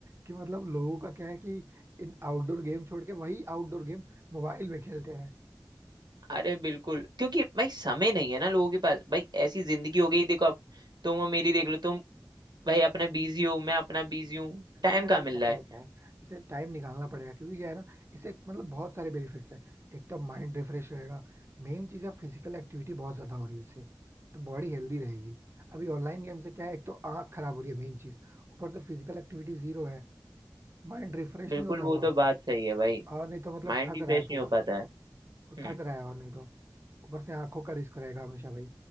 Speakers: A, on the right; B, on the right.
A: कि मतलब लोगों का क्या है कि इन आउटडोर गेम छोड़ के वही आउटडोर गेम मोबाइल में खेलते हैं
B: अरे बिल्कुल क्योंकि भाई समय नहीं है ना लोगों के पास भाई ऐसी जिंदगी हो गई देखो अब तुम और मेरी देख लो तुम भाई अपने बिजी हूँ मैं अपना बिजी हूँ टाइम
A: नहीं है
B: कहाँ
A: बट
B: मिल
A: पता
B: रहा है
A: है क्या है इसे टाइम निकालना पड़ेगा क्योंकि क्या है ना इसे मतलब बहुत सारे बेनिफिट्स हैं एक तो माइंड रिफ्रेश रहेगा मेन चीज है फिजिकल एक्टिविटी बहुत ज्यादा हो रही है इससे तो बॉडी हेल्दी रहेगी अभी ऑनलाइन गेम से क्या है एक तो आंख खराब हो रही है मेन चीज ऊपर से फिजिकल एक्टिविटी जीरो है माइंड रिफ्रेश
B: बिल्कुल
A: नहीं हो रहा
B: वो
A: है वो
B: तो
A: आपका
B: बात सही है भाई
A: और नहीं तो मतलब
B: माइंड
A: थक
B: भी
A: रहा
B: फ्रेश
A: है पूरा
B: नहीं हो पाता है हम्म
A: वो थक रहा है और नहीं तो ऊपर से आंखों का रिस्क रहेगा हमेशा भाई